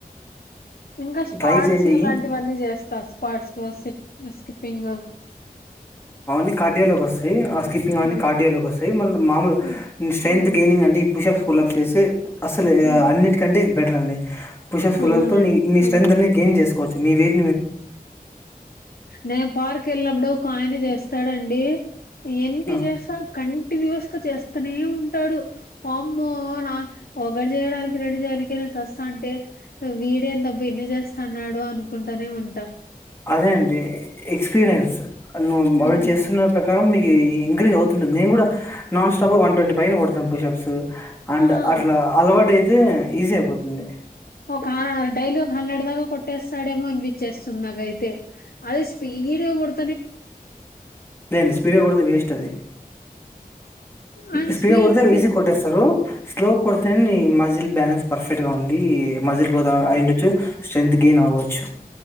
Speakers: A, on the left; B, on the left.
A: ఇంకా స్క్వాడ్స్
B: ట్రై చేయండి
A: అలాంటివన్నీ చేస్తా స్క్డ్స్ స్ స్కిపింగ్
B: అీ కార్డియోల్కి వస్తాయి స్కిప్పంగ్
A: ఉమ్.
B: అీ కార్డియల్కి వస్తాయి మన మామూలు
A: ఉమ్,
B: స్ట్రెంగ్త్
A: ఉమ్,
B: గెయినింగ్ అండి పుషప్స్ కులప్ చేసి అసలు
A: ఉమ్,
B: అన్నింటికంటే ఇది బెటర్ అం పుషస్ ఫులల్తో
A: అవునండి
B: నీ స్ట్రెంత్
A: ఆ.
B: అన్ని గెయిన్ చేసుకోవచ్చు మీ వెయిట్
A: నేను పార్కు ఎల్లినప్పుడు ఒకఆయన చేస్తాడండి. ఎన్ని
B: ఆ,
A: జేస్తాడు కం టిన్యూయస్ గా చేస్తనే ఉంటాడు. అమ్మో నా ఒకటి చేయడానికి రెండు చేయడానినికి నేను సస్తా అంటే వీ డు ఎందబ్బా ఇన్ని చేస్తన్నాడు అనుకుంటనే ఉం ట
B: అదే అండి ఎక్స్పీరియన్స్ నువ్వు అవి
A: ఉమ్.
B: చేస్తున్న ప్ర కారం ఇఇంక్రీజ్ అవుతుంటుంది. నేను కూడా నాన్ స్టాప్గా వన్ ట్వంటీ పైన కొడాతాం పుషప్స్. అండ్
A: ఆ
B: అట్లా అలవాటు అయితే తే ఈజీ అయిపోతు ంది.
A: ఒక డైలీ ఒక హండ్రెడ్ దాకా కొట్టేస్తాడేమో అనిపించేస్తుంది నాకైతే అది స్పీడ్గా కొడు
B: లేదండి స్పీడ్ గా కొడతే వేస్ట్ అది.
A: ఆయన
B: స్పీడ్
A: స్పీడ్గా
B: కొడతే
A: చేస్తా
B: ఈజీగా కొట్టేస్తారు. స్లో కొడతేనే మజిల్ బ్యాలెన్స్ పర్ఫెక్ట్ గా ఉండి మజీల్ గ్రోత్ ఆ అయ్యిండచ్చు. స్ట్రెంత్ గెయిన్ అవ్వచ్చు.